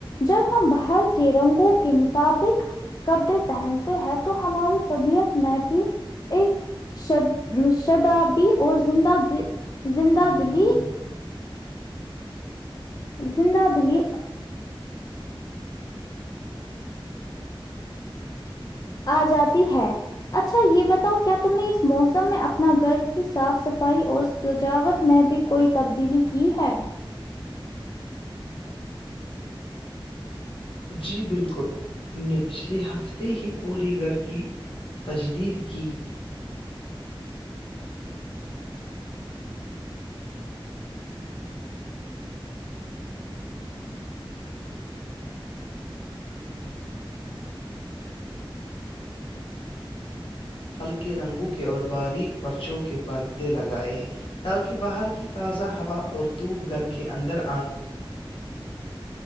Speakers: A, on the left; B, on the left.
A: جب ہم باہر کے رنگوں کے مطابق کپڑے پہنتے ہیں تو ہماری طبیعت میں بھی ایک ش شدابی اور زندہ زندہ دلی زندہ دلی آ جاتی ہے اچھا یہ بتاؤ کیا تم نے اس موسم میں اپنا گھر کی صاف صفائی اور سجاوٹ میں بھی کوئی تبدیلی کی ہے
B: جی بالکل ہم نے پچھلے ہفتے ہی پوری گھر کی تجدید کی ہلکے رنگوں کے اور باریک پرچوں کے پردے لگائے ہیں تاکہ باہر کی تازہ ہوا اور دوب گھر کے اندر آ